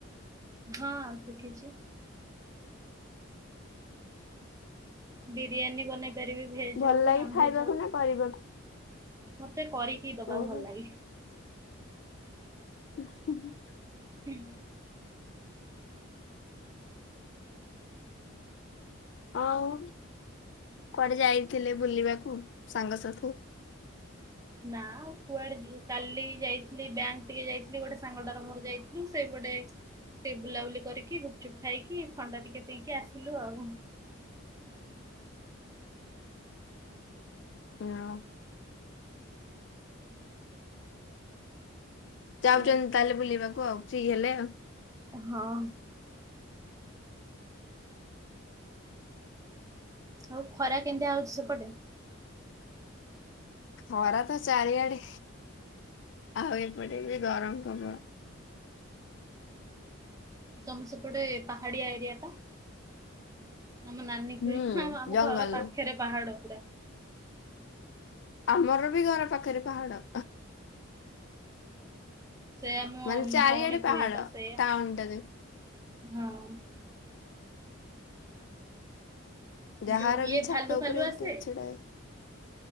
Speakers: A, on the right; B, on the left.
A: ହଁ ଶିଖିଚି। ବିରିୟାନୀ ବନେଇ ପାରିବି। ଭେଜ
B: ଭଲ
A: ହଉ
B: ଲାଗେ
A: ନନ୍
B: ଖାଇବାକୁ
A: ଭେଜ୍ ହଉ
B: ନା କରିବାକୁ?
A: ମତେ କରିକି ଦବାକୁ
B: ଓହୋ
A: ଭଲ ଲାଗେ।
B: ହ <inaudible>
A: ହୁଁ।
B: ଆଉ କୁଆଡେ ଯାଇଥିଲେ ବୁଲିବାକୁ ସାଙ୍ଗସାଥିୁ <unintelligible>
A: ନା କୁଆଡେ ଯିବୁ କାଲି ଯାଇଥିଲି ବ୍ୟାଙ୍କ ଟିକେ ଯାଇଥିଲି ଗୋଟେ ସାଙ୍ଗଟାର ମୋର ଯାଇଥିଲୁ ସେଇପଟେ ଟିକେ ବୁଲାବୁଲି କରିକି ଗୁପଚୁପ୍ ଖାଇକି ଥଣ୍ଡା ଟିକେ ପି ଇକି ଆସିଲୁ ଆଉ।
B: ହଁ <unintelligible> ଯାଉଛନ୍ତି
A: ଆଉ
B: ତାହେଲେ ବୁଲିବାକୁ ଆଉ ଫ୍ରି ହେଲେ ଆଉ।
A: ହଁ। ଆଉ ଖରା କେମିତିଆ ହୋଉଚି ସେପଟେ?
B: ଖରା ତ ଚାରିଆଡେ ଆଉ ଏପଟେ ବି ଗରମ ପ୍ର
A: ତମେ ସେପଟେ ପାହାଡିଆ ଏରିଆ। ଆମ ନାନୀ
B: ହୁଁ
A: କୁହେ ଆମ
B: ଜଙ୍ଗଲ
A: ଘର ପାଖେରେ ପାହାଡ।
B: ଆମର ବି ଘର ପାଖେରେ ପାହାଡ।
A: ସେୟା ମୋ
B: ମାନେ ଚାରିଆଡେ
A: ଭୋଉଣୀ
B: ପାହାଡ
A: କୁହେ ପା ସେଇୟା।
B: ଟାଉନ ଟାରେ
A: ହଁ।
B: ଯାହାର
A: ଯୋଉ ଇଏ
B: ବି ଛାତ
A: ଭାଲୁ
B: ଉପରେ
A: ଫାଲୁ
B: ଏମିତି
A: ଆସେ
B: ଛିଡା